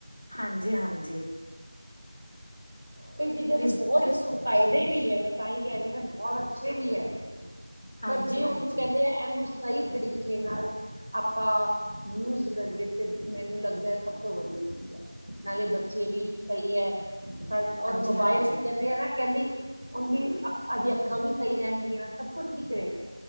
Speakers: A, on the left (about 55°); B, on the right (about 90°).
A: ਹਾਂਜੀ ਹਾਂਜੀ।
B: ਕਈ ਚੀਜ਼ਾਂ ਦੇ
A: ਰਿਸ਼ਤੇ
B: ਬਹੁਤ
A: ਸੌਖੇ
B: ਫਾਇਦੇ ਵੀ ਹੈ। ਮੈਂ ਤਾਂ ਹੀ ਕਹਿ ਰਹੀ ਹ ਨਾ ਬਹੁਤ ਅੱਛੇ ਵੀ ਹੈ।
A: ਹਾਂਜੀ
B: ਪਰ ਜੇ ਉਹਨੂੰ
A: ਹਾਂਜੀ
B: ਕਹਿੰਦੇ ਆ ਇਹਨੂੰ ਸਹੀ ਤਰੀਕੇ ਨਾਲ। ਆਪਾਂ ਯੂਜ਼ਡ ਕਰੀਏ ਤਾਂ ਮੈਨੂੰ ਲੱਗਦਾ ਸਭ ਤੋਂ ਵਧੀਆ ਚੀਜ਼ ਹੈ। ਨਾਲੇ ਬੱਚੇ ਵੀ ਸਹੀ ਹੈ
A: ਹਾਂਜੀ-ਹਾਂਜੀ,
B: ਔਰ ਮੋਬਾਇਲ ਵੀ ਕਹਿੰਦੇ ਆ ਨਾ ਕਹਿੰਦੀ। ਉਹਦੀ ਅ ਅੱਖਾਂ ਵੀ ਸਹੀ ਰਹਿਣਗੀਆਂ ਸਭ ਕੁਝ ਠੀਕ ਰਹੇਗਾ।